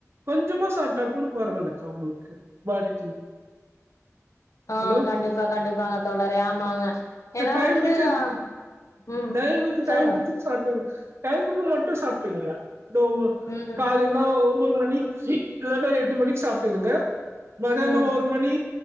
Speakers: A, on the right (about 50°); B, on the left (about 70°).
A: கொஞ்சமா சாப்ட்டா கொட பரவாலக்கா உங்களுக்கு பாடிக்கு
B: ஆ
A: ஹலோ
B: கண்டிப்பா கண்டிப்பாங்க தோழறே ஆமாங்க ஏன்னா
A: டைமுக்கு
B: வந்துட்டு ஆ ம்
A: டைமுக்கு
B: சொல்லுங்க
A: டைமுக்கு சாப்ப டைமுக்கு மட்டு சாப்ட்டுடீங்க தோமு
B: ம்
A: காலேலென்னா ஒன்போது மணிக்கு இல்லன்னா எட்டு மணிக் சாப்ட்டு டுங்க மதனோம்
B: ம்
A: ஒரு மணி